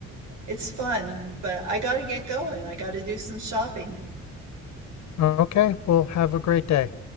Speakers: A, on the right; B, on the left.
A: it's fun. But I got to get going. I got to do some shopping.
B: Okay, well, have a great day.